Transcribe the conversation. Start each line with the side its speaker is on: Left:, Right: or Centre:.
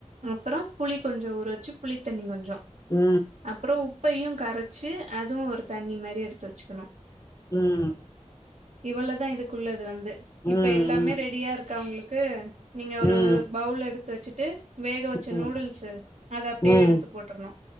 Right: அப்பறோ புளி கொஞ்சோ ஊற வெச்சு புளித்தண்ணி கொஞ்சோ
Left: ம்
Right: அப்பறோ உப்பையு கரச்சு அதுவு ஒரு தண்ணி மாரி எடுத்து வெச்சுக்கணு
Left: ம்
Right: இவ்ளதா இதுக்குள்ளது வந்து
Left: ம்
Right: இப்ப
Left: ம்
Right: எல்லாமே ரெடியா இருக்கா உங்களுக்கு நீங்க
Left: ம்
Right: ஒரு பவுல் எடுத்து வெச்சிட்டு வேக வெச்ச
Left: ம்
Right: நூடுல்ஸு அத அப்டியே
Left: ம்
Right: எடுத்து போட்டுர்ணு